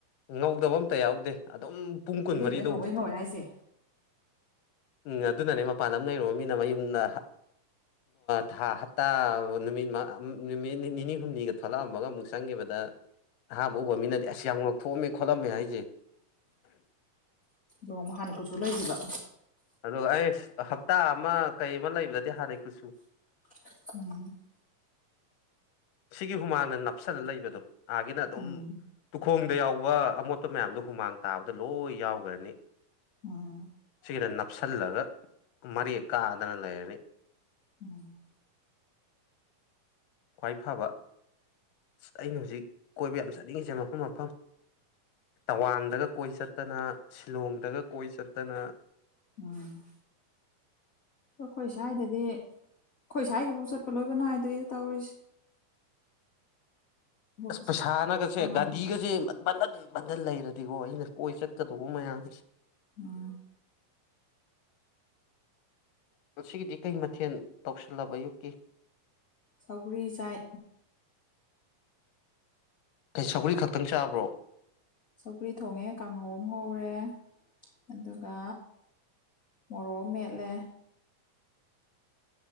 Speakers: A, on the left; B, on the left.
A: ꯉꯧꯗꯕ ꯑꯝꯇ ꯌꯥꯎꯗꯦ ꯑꯗꯨꯝ ꯄꯨꯡ ꯀꯨꯟꯃꯔꯤꯗꯧ
B: ꯁꯤ ꯂꯩꯕꯗ ꯉꯧꯋꯦ ꯉꯧꯋꯦ ꯍꯥꯏꯁꯦ
A: ꯎꯝ ꯑꯗꯨꯅꯅꯦ ꯃꯄꯥꯟ ꯂꯝ ꯂꯩꯔꯨꯕ ꯃꯤꯅ ꯃꯌꯨꯝꯗ ꯊꯥ ꯍꯞꯇꯥ ꯅꯨꯃꯤꯠ ꯅꯨꯃꯤꯠ ꯅꯤꯅꯤ ꯍꯨꯝꯅꯤꯒ ꯊꯣꯛꯂꯛꯑꯝꯃꯒ ꯑꯃꯨꯛ ꯆꯪꯈꯤꯕꯗ ꯑꯍꯥꯟꯕ ꯎꯕ ꯃꯤꯅꯗꯤ ꯑꯁ ꯑꯁ ꯌꯥꯝ ꯉꯊꯣꯛꯑꯝꯃꯦ ꯈꯣꯠꯂꯝꯃꯦ ꯍꯥꯏꯁꯦ
B: ꯑ ꯍꯥꯟꯅ ꯀꯩꯁꯨ ꯂꯩꯈꯤꯕ
A: ꯑꯗꯨꯒ ꯑꯩ ꯍꯞꯇꯥ ꯑꯃ ꯀꯩ ꯑꯃ ꯂꯩꯕꯗꯗꯤ ꯍꯥꯟꯅꯩ ꯀꯨꯁꯨ
B: <inaudible>
A: ꯁꯤꯒꯤ ꯍꯨꯃꯥꯡꯅ ꯅꯞꯁꯜꯂ ꯂꯩꯕꯗꯣ ꯑꯥꯒꯤꯅ ꯑꯗꯨꯝ
B: ꯎꯝ
A: ꯇꯨꯈꯣꯡꯗ ꯌꯥꯎꯕ ꯑꯃꯣꯠꯄ ꯃꯌꯥꯝꯗꯣ ꯍꯨꯃꯥꯡ ꯇꯥꯕꯗ ꯂꯣꯏ ꯌꯥꯎꯈ꯭ꯔꯅꯤ
B: ꯑꯣ
A: ꯁꯤꯒꯤꯗ ꯅꯞꯁꯤꯜꯂꯒ ꯃꯔꯦꯛ ꯀꯥꯗꯅ ꯂꯩꯔꯅꯤ
B: ꯎꯝ
A: ꯈ꯭ꯋꯥꯏ ꯐꯕ ꯑꯁ ꯑꯩꯅ ꯍꯧꯖꯤꯛ ꯀꯣꯏꯕ ꯌꯥꯝ ꯆꯠꯅꯤꯡꯉꯤꯁꯦ ꯃꯐꯝ ꯃꯐꯝ ꯇꯋꯥꯡꯗꯒ ꯀꯣꯏ ꯆꯠꯇꯅ ꯁꯤꯂꯣꯡꯗꯒ ꯀꯣꯏ ꯆꯠꯇꯅ
B: ꯎꯝ ꯑꯗꯣ ꯑꯩꯈꯣꯏ ꯁ꯭ꯋꯥꯏꯗꯗꯤ ꯑꯩꯈꯣꯏ ꯁ꯭ꯋꯥꯏꯒꯤꯐꯧ ꯆꯠꯄ ꯂꯣꯏꯕ ꯅꯥꯏꯗꯏꯗ ꯇꯧꯔꯤꯁꯦ ꯑꯗꯨ
A: ꯑꯁ ꯄꯩꯁꯥꯅꯒꯁꯦ
B: ꯉꯝꯗꯦ
A: ꯒꯥꯟꯙꯤꯒꯁꯦ ꯕꯟꯗꯟ ꯕꯟꯗꯟ ꯂꯩꯔꯗꯤꯀꯣ ꯑꯩꯅ ꯀꯣꯏ ꯆꯠꯀꯗꯧꯕ ꯃꯌꯥꯝꯁꯦ
B: ꯎꯝ
A: ꯉꯁꯤꯒꯤꯗꯤ ꯀꯩ ꯃꯊꯦꯜ ꯇꯧꯁꯜꯂꯕ ꯑꯌꯨꯛꯀꯤ
B: ꯁꯧꯒ꯭ꯔꯤ ꯆꯥꯏ
A: ꯁꯧꯒ꯭ꯔꯤ ꯈꯛꯇꯪ ꯆꯥꯕ꯭ꯔꯣ
B: ꯁꯧꯒ꯭ꯔꯤ ꯊꯣꯡꯉꯦ ꯀꯥꯡꯍꯧ ꯑꯃ ꯉꯧꯔꯦ ꯑꯗꯨꯒ ꯃꯣꯔꯣꯛ ꯑꯝ ꯃꯦꯠꯂꯦ